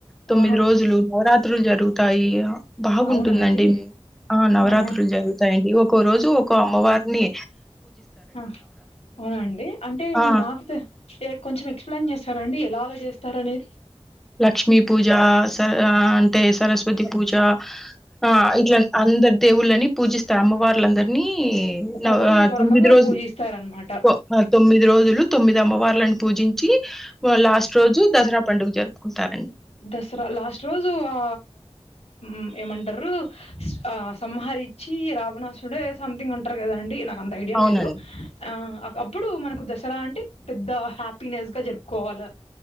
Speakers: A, in the centre; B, on the left.
A: తొమ్మిది
B: ఆహా
A: రోజులు నవరాత్రులు జరుగుతాయి అ బాగుంటుందండి
B: అవునా అండి
A: మి ఆ నవరాత్రులు
B: ఆహా
A: జరుగుతాయండి ఒకో రోజు ఒకో అమ్మవార్ని
B: అ అవునండి అంటే
A: ఆ!
B: నాకు తె చే కొంచెం ఎక్స్ప్లెయిన్ జేస్తారా అండి ఎలా ఆరాదీస్తారనేది
A: లక్ష్మీ పూజా సర్ ఆ తె సరస్వతీ పూజా ఆ ఇట్ల అంద దేవుళ్ళని పూజిస్తాం అమ్మవార్లందర్నీ ఈ
B: ఒక్కో
A: నవ
B: రోజు ఒక్కో
A: తొమ్మిది
B: రకంగా
A: రోజులు
B: పూజిస్తారనమాట
A: కొ అ తొమ్మిది రోజులు తొమ్మిదమ్మవార్లను పూజించీ వా లాస్ట్ రోజు దసరా పండుగ జరుపుకుంటారు
B: దసరా లాస్ట్ రోజూ ఆ మ్మ్ ఏమంటరూ ఆ సంహరిచ్చీ రావణాసుడే ఏ సమ్థింగ్ అంటరు కదా అండి నా అంత ఐడియా
A: అవునండి.
B: లేదు ఆ అ అప్పుడూ మనకు దశ రా అంటె పెద్ద హ్యాపీనెస్గా జరుపుకోవాల